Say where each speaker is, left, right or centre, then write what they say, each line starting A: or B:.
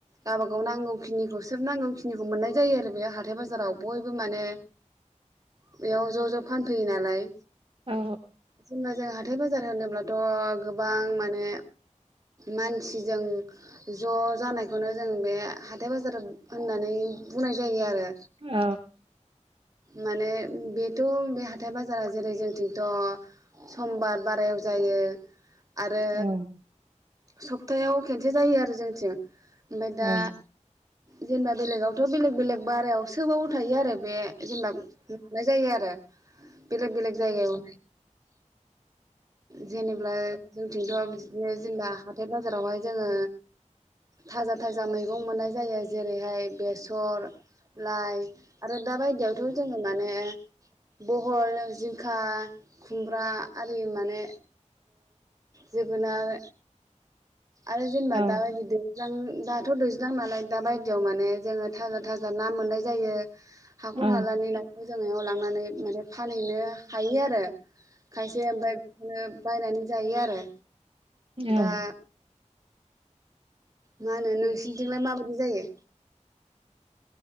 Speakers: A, on the right; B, on the right.
A: गाबागाव नांगौखिनिखौ सोब नांगौ खिनिखौ मोननाय जायो आरो बे हाथाय बाजाराव बयबो माने बेयाव ज' ज' फान फैयो नालाय।
B: औ
A: जेनबा जों हाथाय बाज जाय होनोब्लाथ' गोबां मने मसिजों ज' जानायखौनो जों बे हाथाय बाज जाय होननानै बुंनाय जायो आरो।
B: औ
A: माने बेथ' बे हाथाय बाजारा जेरै जोंनिथिं थ' समबार बारायाव जायो। आरो
B: औ
A: सप्तायाव खेनसे जायो आरो जोंथिं ओमफ्राय दा
B: औ
A: जेनेबा बेलेगावथ' बेलेग बेलेग बारायाव सोबाव थायो आरो बे जेनेबा मोननाय जायो आरो ओ बेलेग-बेलेग जायगायाव जेनेबा जोंथिंथ बिदिनो जेनेबा हाथाय बाजारावहाय जोंङो थाजा-थाजा मैगं मोननाय जायो जेरैहाय बेसर लाइ आरो दाबाय जोंङो माने बहल जिंखा खुमब्रा आरि ओ माने जोगोनार आरो जेनेबा
B: औ
A: दाबायदि देरज्लां दाथ दैज्लां नालाय दा बायदियाव माने जोंङो थाजा-थाजा ना मोननाय जायो हाखर
B: औ
A: हालानि नाखौ जों फायाव लांनानै माने फानहैनो हायो आरो खायसे ओमफाय बिदिनो बायनानै जायो आरो
B: औ
A: दा माहोनो नोंसि थिंलाय माबायदि जायो?